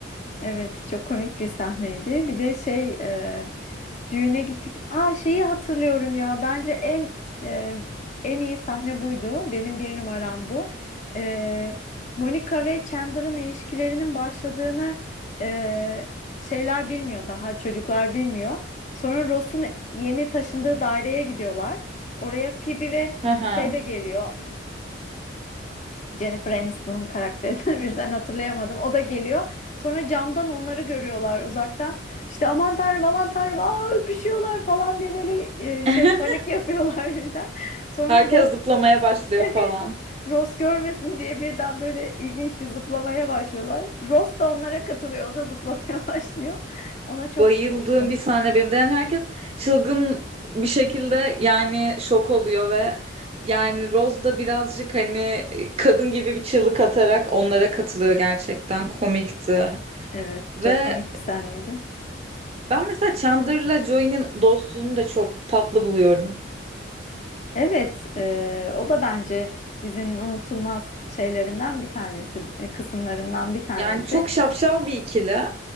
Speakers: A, on the left (about 40°); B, on the right (about 30°).
A: Evet, çok komik bir sahneydi. Bir de şey e, düğüne gittik. Aa şeyi hatırlıyorum ya. Bence en e, en iyi sahne buydu. Benim bir numaram bu. E, Monica ve Chandler'ın ilişkilerinin başladığını e, şeyler bilmiyor daha çocuklar bilmiyor. Sonra Ross'un yeni taşındığı daireye gidiyorlar. Oraya Phoebe ve
B: Hı hı.
A: şey de geliyor. Jennifer Aniston'un karakterini <laughs> birden hatırlayamadım. O da geliyor. Sonra camdan onları görüyorlar uzaktan. İşte aman tanrım aman tanrım aa öpüşüyorlar falan diye böyle e,
B: <laughs>
A: şey panik yapıyorlar <laughs> birden. Sonra
B: Herkes
A: Ross
B: zıplamaya
A: <laughs>
B: başlıyor
A: evet
B: falan.
A: Ross görmesin diye birden böyle ilginç bir zıplamaya başlıyorlar. Ross da onlara katılıyor. O da zıplamaya <laughs> başlıyor. Ona çok
B: Bayıldığım
A: gülmüştüm.
B: bir sahne benim de. Yani herkes çılgın bir şekilde yani şok oluyor ve yani Rose da birazcık hani kadın gibi bir çığlık atarak onlara katılıyor gerçekten komikti.
A: Evet
B: Ve
A: çok komik bir sahneydi.
B: Ben mesela Chandler'la Joey'nin dostluğunu da çok tatlı buluyorum.
A: Evet, e, o da bence dizinin unutulmaz şeylerinden bir tanesi, e, kısımlarından bir tanesi.
B: Yani çok şapşal bir ikili.